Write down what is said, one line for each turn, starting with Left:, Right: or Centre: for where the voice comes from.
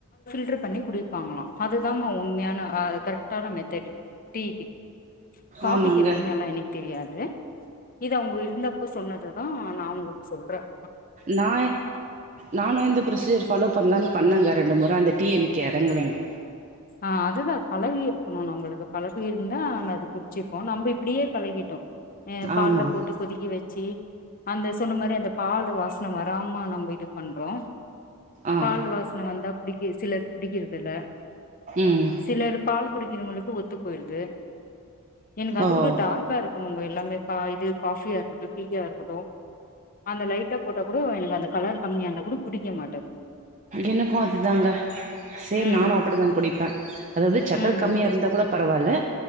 Left: பில்டர் பண்ணி குடிப்பாங்களா அதுதாமா உண்மையான ஆ கரெக்டான மெதட் டீக்கு காபிக்கு
Right: ஆமாங்க
Left: எப்படினு எல்லாம் எனக்கு தெரியாது இது அவங்க இருந்தப்ப சொன்னதுதான் நா உங்களுக்கு சொல்றன்
Right: நா நானும் இந்த பு்ரொசீஜர் பாலோ பண்ண பண்ணுங்க ரெண்டு முறை அந்த டீ எனக்கு எறங்கலங்க
Left: ஆ அதுதான் பழகி இருக்கணும் நம்மளுக்கு பழகிருந்தா அது குச்சிப்போம் நம்ம இப்படியே பழகிட்டோம் ஆ பால்ல
Right: ஆமாம்
Left: போட்டு கொதிக்க வச்சி அந்த சொன்ன மாரி அந்த பால் வா பிரச்சன வராம நம்ம இது பண்றோம்
Right: ஆ
Left: பால் வாசனை வந்தா புடிக்க சிலர் புடிக்கிறது இல்ல
Right: ம்
Left: சிலர் பால் குடிக்கிறவங்களுக்கு ஒத்து போயிருது எனக்கு அது
Right: ஓ
Left: கூட டார்க்கா இருக்கு பொன்ணுங்க எல்லாமே பா இது காஃபியா இருக்கட்டும் டீயா இருக்கட்டும் அந்த லைட்டாக போட்டா கூட எனக்கு அந்த கலர் கம்மியா இருந்தா கூட பிடிக்க மாட்டேங்குது
Right: எனக்கும் அதுதாங்க சேம்
Left: ம்
Right: நானும் அப்படிதான் குடிப் பே அதாவது சக்கரை
Left: ம்
Right: கம்மியா இருந்தா கூட பரவால்ல